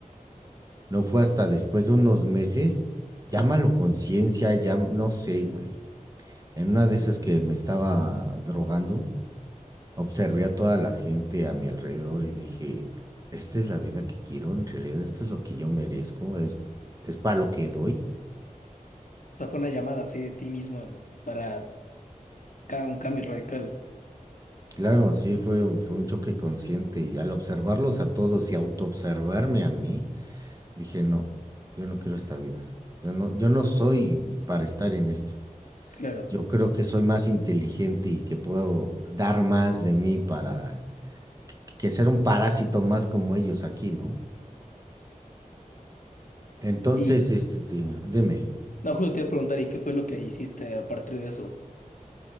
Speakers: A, on the right; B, on the left.
A: no fue hasta después de unos meses, llámalo conciencia, ya no sé, güey. En una de esas que me estaba drogando, observé a toda la gente a mi alrededor y dije, esta es la vida que quiero, en realidad esto es lo que yo merezco, es, es para lo que doy.
B: O sea, fue una llamada así de ti mismo en- para ca- un cambio radical.
A: Claro, sí, fue, un- fue un choque consciente y al observarlos a todos y autoobservarme a mí, dije, no, yo no quiero esta vida. Yo no, yo no soy para estar en esto.
B: Claro.
A: Yo creo que soy más inteligente y que puedo dar más de mí para que ser un parásito más como ellos aquí, ¿no? Entonces,
B: Y
A: este, di- dime,
B: no, justo te iba a preguntar, ¿y qué fue lo que hiciste a partir de eso?